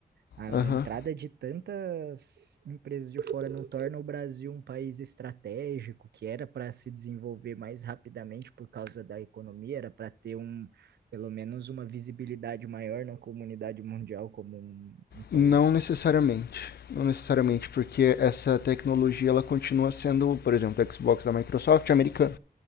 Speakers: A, on the right; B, on the left.
A: A
B: aham.
A: entrada de tantas empresas de fora não torna o Brasil um país estratégico, que era para se desenvolver mais rapidamente por causa da economia, era para ter um, pelo menos uma visibilidade maior na comunidade mundial como um, um país.
B: Não necessariamente. Não necessariamente, porque essa tecnologia ela continua sendo, por exemplo, o Xbox da Microsoft americana.